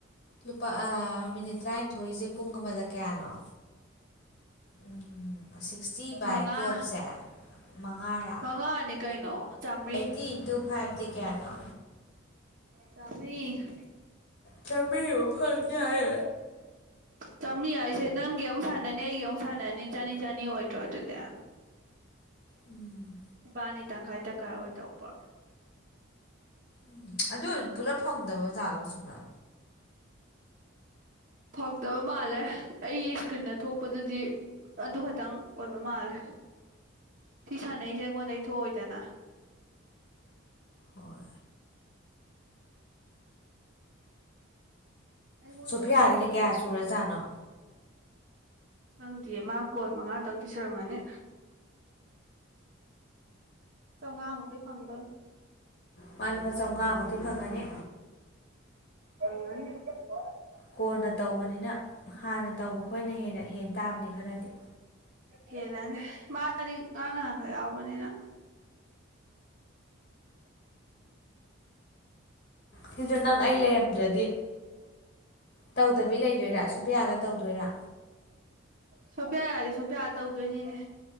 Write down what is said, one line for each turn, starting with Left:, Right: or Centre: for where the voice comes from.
Left: ꯂꯨꯄꯥ ꯃꯤꯅꯤꯠ ꯇꯔꯥꯅꯤꯊꯣꯏꯁꯦ ꯄꯨꯡ ꯑꯃꯗ ꯀꯌꯥꯅꯣ ꯎꯝ ꯁꯤꯛꯁꯇꯤ ꯕꯥꯏ
Right: ꯃꯉꯥ
Left: ꯇꯨꯌꯦꯦꯜꯐꯁꯦ ꯃꯉꯥꯔꯥ
Right: ꯃꯉꯥꯅꯤ ꯀꯩꯅꯣ ꯆꯥꯝꯃ꯭ꯔꯤ
Left: ꯑꯩꯠꯇꯤ ꯏꯟꯇꯨ ꯐꯥꯏꯚꯇꯤ ꯀꯦꯅꯥ
Right: ꯇꯃꯤꯕꯤ
Left: ꯆꯃꯤ ꯑꯣ ꯐꯜ ꯀ ꯍꯥꯏ
Right: ꯆꯥꯃꯤꯌꯥ ꯑꯩꯁꯦ ꯅꯪꯒꯤ ꯑꯃꯨꯛ ꯁꯥꯟꯅꯅꯤ ꯅꯒꯦꯨ ꯁꯥꯟꯅ ꯅꯤ ꯆꯥ ꯅꯤ ꯆꯥꯅꯤ ꯑꯣꯏꯗ꯭ꯔꯣ ꯑꯗꯨꯗ
Left: ꯎꯝ
Right: ꯏꯕꯥꯅꯤ ꯇꯪꯈꯥꯏ ꯇꯪꯈꯥꯏ ꯑꯣꯏꯗꯧꯕ
Left: ꯎꯝ ꯑꯗꯨꯁꯨ ꯄꯨꯂꯞ ꯐꯪꯗꯕꯖꯥꯠꯂꯣ ꯁꯃ
Right: ꯐꯣꯛꯗꯕ ꯃꯥꯂꯦ ꯑꯩꯒꯤ ꯏꯁꯀ꯭ꯔꯤꯟꯗ ꯊꯣꯛꯄꯗꯗꯤ ꯑꯗꯨ ꯈꯛꯇꯪ ꯑꯣꯏꯕ ꯃꯥꯜꯂꯦ ꯁꯤ ꯁꯥꯟꯅꯩꯁꯦ ꯑꯩꯉꯣꯟꯗ ꯏ ꯊꯣꯛꯑꯣꯏꯗꯅ
Left: ꯍꯣꯏ
Right: ꯑꯩꯉꯣꯟꯗꯒꯤ
Left: ꯁꯣꯐꯤꯌꯥꯒꯤꯗꯤ
Right: ꯇꯧꯕꯗꯨ
Left: ꯀꯌꯥ
Right: ꯈꯛꯇꯪ
Left: ꯁꯨꯔꯖꯥꯠꯅꯣ
Right: ꯈꯪꯗꯦ ꯃꯥ ꯀꯣꯜ ꯃꯉꯥ ꯇꯧꯄꯤꯤꯁꯔꯝꯃꯅꯤ ꯆꯪꯉꯃꯗꯤ ꯐꯪꯒ
Left: ꯄꯂ ꯆꯥꯝꯃꯉꯥꯃꯨꯗꯤ ꯐꯪꯒꯅꯤ
Right: ꯑ
Left: ꯀꯣꯟꯅ ꯇꯧꯕꯅꯤꯅ ꯍꯥꯟꯅ ꯇꯧꯕ ꯈꯣꯏꯅ ꯍꯦꯟꯅ ꯍꯦꯟꯅ ꯇꯥꯕꯅꯤ ꯈꯔꯗꯤ
Right: ꯍꯦꯜꯂꯟꯗꯦ ꯃꯥꯗꯤ ꯉꯥꯛꯇ ꯌꯥꯎꯕꯅꯤꯅ
Left: ꯁꯤꯁꯨ ꯅꯪ ꯑꯩ ꯂꯩꯔꯝꯗ꯭ꯔꯗꯤ ꯇꯧꯗꯕꯤ ꯂꯩꯗꯣꯏꯔꯥ ꯁꯨꯄꯌꯥꯒ ꯇꯧꯗꯣꯏꯔꯥ
Right: ꯁꯣꯐꯤꯌꯥ ꯌꯥꯔꯗꯤ ꯁꯣꯐꯤꯌꯥ ꯇꯧꯗꯣꯏꯅꯤꯅꯦ